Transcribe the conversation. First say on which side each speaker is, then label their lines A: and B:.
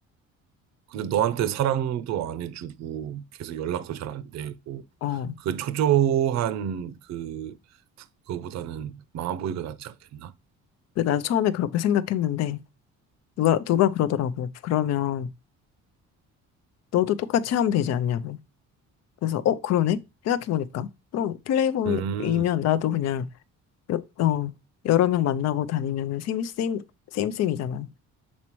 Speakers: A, on the right; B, on the left.
A: 근데 너한테 사랑도 안 해주고 계속 연락도 잘 안 되고
B: 어.
A: 그 초조한 그 그거보다는 망아보이가 낫지 않겠나?
B: 근데 나도 처음에 그렇게 생각했는데, 누가, 누가 그러더라고. 그러면 너도 똑같이 하면 되지 않냐고. 그래서, 어, 그러네? 생각해보니까. 그럼 플레이보이면
A: 음,
B: 나도 그냥, 여, 어, 여러 명 만나고 다니면은 셈이, 셈, 셈셈이잖아.